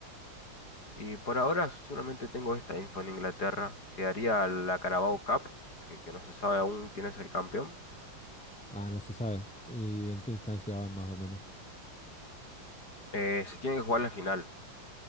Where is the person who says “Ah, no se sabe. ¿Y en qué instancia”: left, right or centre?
Centre